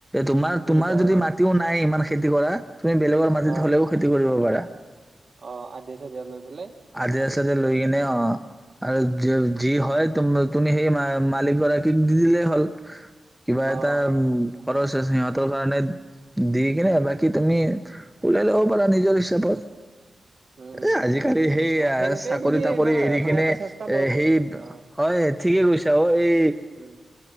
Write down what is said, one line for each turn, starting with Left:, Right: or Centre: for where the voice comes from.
Centre: তোমাৰ', -
Right: সুবিধা
Centre: তোমাৰ
Right: হয়
Centre: যদি মাটিও
Right: অ
Centre: নাই ইমান খেতি কৰা। তুমি, বেলেগৰ মাটিত
Right: অ
Centre: হলেও খেতি কৰিব পাৰা।
Right: অ', -আধিয়া -চাধিয়া লৈ, পেলাই
Centre: আধিয়া-চাধিয়া লৈ। এনে অ', আৰু
Right: উম
Centre: য',
Right: উম
Centre: যি হয় তোম তুমি সেই মা মালিক গৰাকীক দি দিলেই হ'ল। কিবা
Right: অ
Centre: এটা
Right: অ
Centre: উম। খৰচ সিহঁতৰ কাৰণে দি -কিনে, বাকী তুমি ওলাই ল'ব পাৰা নিজৰ হিচাপত।
Right: উম উম
Centre: এ আজিকা
Right: উম
Centre: সেই- সেই
Right: নাই
Centre: আঁৰ
Right: সেনেকেই
Centre: চাকৰি
Right: বুলি
Centre: -তাকৰি
Right: এইবাৰ
Centre: এৰি
Right: মানে
Centre: কিনে
Right: এটা
Centre: এ',
Right: চেষ্টা লওক
Centre: সেই
Right: অ
Centre: হয় ', ঠিকে কৈছে অ', এই।
Right: উম